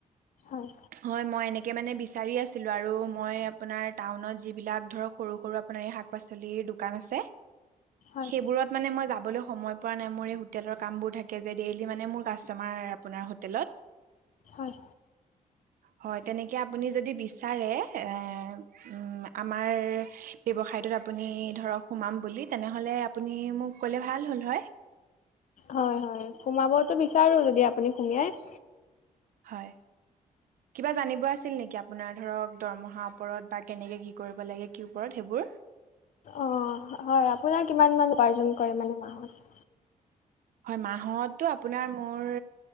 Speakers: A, on the left; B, on the right.
A: হয়
B: হয় মই এনেকে মানে বিচাৰি আছ ছিলো আৰু মই আপোনাৰ টাউনত যিবিলাক ধৰক সৰু সৰু আপোনাৰ এই শাক পাচলিৰ দোকান আছে।
A: হয়
B: সেইবোৰত মানে মই যাবলৈ সময় পোৱানায় মোৰ এই হোটেলৰ কামবোৰ থাখেজে দেইলি মানে মোৰ কাষ্টমাৰ আপোনাৰ হোটেলত।
A: হয়।
B: হয় তেনেকে আপুনি যদি বিছ ছাৰে এ উম আমাৰ ব্যৱসায়টোত আপুনি ধৰক সোমাম বুলি লি তেনেহলে আপুনি মোক কলে ভাল হলহৈ।
A: হয় হয় সোমাবতো বিচাৰো যদি আপুনি সোমিয়াই।
B: হয়। কিবা জানিব আছিল নেকি আপোনাৰ ধৰক দৰমহাৰ ওপৰত বা কেনেকে কি কৰিব লাগে কি ওপৰত সেইবোৰ?
A: অ হয় আপোনাৰ কিমান মান উপাৰ্জন কৰে মানে মাহত?
B: হয় মাহতো আপোনাৰ মোৰ